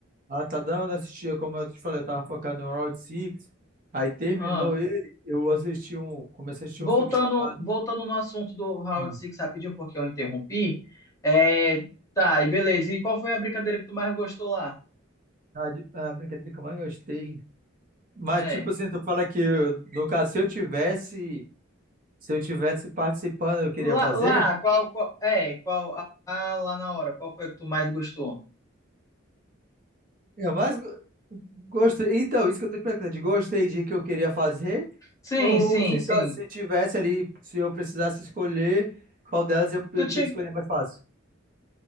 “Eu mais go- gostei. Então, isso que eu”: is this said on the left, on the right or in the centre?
Right